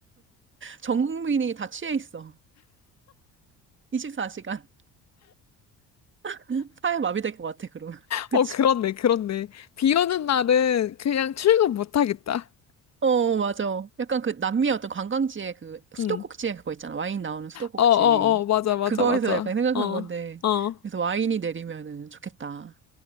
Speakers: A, on the right (about 30°); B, on the left (about 45°).
A: 전 국민이 다 취해 있어. 24시간. <laughs> 사회 마비될 것 같아, 그러면. <laughs> 그치?
B: 어, 그렇네, 그렇네. 비 오는 날은 그냥 출근 못 하겠다.
A: 어, 맞아. 약간 그 남미의 어떤 관광지에 그 수도꼭지에
B: 응.
A: 그거 있잖아. 와인 나오는 수도꼭지.
B: 어, 어, 어, 맞아, 맞아,
A: 그거에서
B: 맞아.
A: 약간 생각한
B: 어,
A: 건데.
B: 어.
A: 그래서 와인이 내리면은 좋겠다.